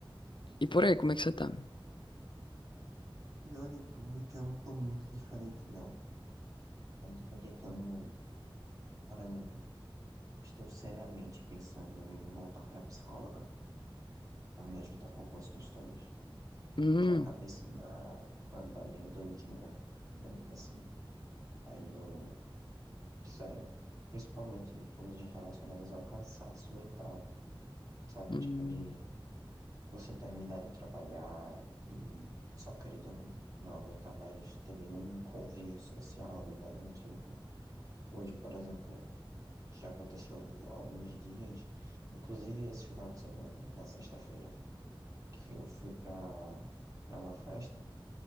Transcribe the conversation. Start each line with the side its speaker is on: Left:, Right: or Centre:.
Left: E por aí, como é que você tá?
Right: Pior de tudo, é que eu não tô muito diferente, não. Mas eu tô tentando, por exemplo, estou seriamente pensando em voltar pra psicóloga pra me ajudar com algumas questões.
Left: Hum,
Right: Que a cabecinha anda meio doidinha, digamos assim. Aí eu, sério, principalmente coisas relacionadas ao cansaço mental, sabe?
Left: hum,
Right: Tipo de Você terminar de trabalhar e só querer dormir, não aguentar mais ter nenhum <laughs> convívio social, nem nada do tipo. Hoje, por exemplo, já aconteceu alguns dias, inclusive esse final de semana, na sexta-feira, que eu fui pra, pra uma festa,